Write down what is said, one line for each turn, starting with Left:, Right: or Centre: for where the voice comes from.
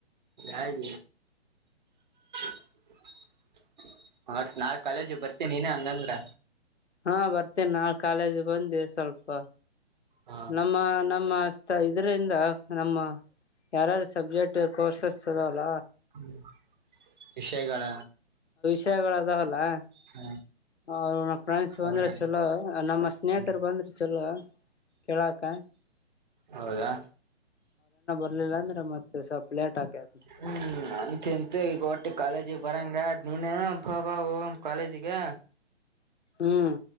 Right: ಹಾಗ <unintelligible> ಬರ್ತೀನಿ ನೀನೇ ಹಂಗಂದ್ರ
Left: ಹಾ ಬರ್ತೇನೆ ನಾ ಕಾಲೇಜ್ ಬಂದೆ ಸ್ವಲ್ಪ
Right: ಹ
Left: ನಮ್ಮ ನಮ್ಮ ಇದ್ರಂದ ನಮ್ಮ ಯಾರ್ಯಾರು ಸಬ್ಜೆಕ್ಟ್ ಕೋರ್ಸಸ್ ಅದಲ್ಲ
Right: ಹ್ಮ್ ವಿಷಯಗಳ
Left: ವಿಷಯಗಳ ಅದಾವಲ್ಲಾ
Right: ಹ
Left: ಅವರು ಫ್ರೆಂಡ್ಸ್
Right: ಹೌದ
Left: ಬಂದ್ರೆ ಚಲೋ ನಮ್ಮ ಸ್ನೇಹಿತರು
Right: ಹ್ಮ್
Left: ಬಂದ್ರೆ ಚೊಲೋ ಕೆಳಕ
Right: ಹೌದಾ
Left: ಇರ್ಲಿಲ್ಲ ಅಂದ್ರೆ ಮತ್ತೆ ಸ್ವಲ್ಪ ಲೇಟ್ ಆಕೇತಿ
Right: ಹ್ಮ್ ಅಂತೂ ಇಂತೂ ಈಗ ಒಟ್ಟು ಕಾಲೇಜ್ ಬರಂಗ ಅದ್ ನೀನು ಬ ಬಾ ಹೋಗಮ್ಮ ಕಾಲೇಜಿಗೆ
Left: ಹ್ಮ್